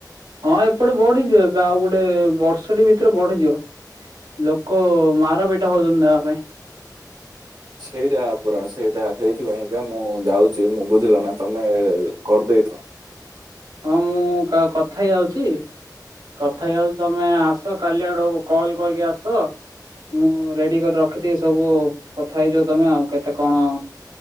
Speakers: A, on the right; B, on the right.
A: ହଁ ଏପଟେ ବଢିଯିବ ଏବେ ଆଉ ଗୋଟେ ବର୍ଷଟି ଭିତରେ ବଢିଯିବ ଲୋକ ମାରପିଟା ହେଉଛନ୍ତି ନବା ପାଇଁ
B: ସେଇଟା ପରା ସେଇଟା ସେଇଥିପାଇଁକା ମୁଁ ଯାଉଛି ମୁଁ ବୁଝିଲ ନା ତମେ କର୍ଦେଇଥ
A: ହଁ ମୁଁ କା କଥା ହେଇ ଯାଉଛି କଥା ହେଇଯାଉଛି ତମେ ଆସ କାଲି ଆଡକୁ କଲ୍ କରିକି ଆସ ମୁଁ ରେଡ଼ି କରି ରଖିଥିବି ସବୁ କଥା ହେଇଯିବ ତମେ ଆଉ କେତେ କଣ